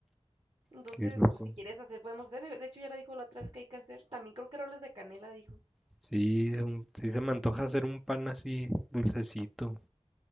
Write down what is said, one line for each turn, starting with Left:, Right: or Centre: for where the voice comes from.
Right: Entonces,
Centre: Qué loco.
Right: pues si quieres hacer, podemos hacer. De de hecho, Yara dijo la otra vez que hay que hacer. También creo que roles de canela, dijo.
Centre: Sí, un- sí se me antoja hacer un pan así dulcecito.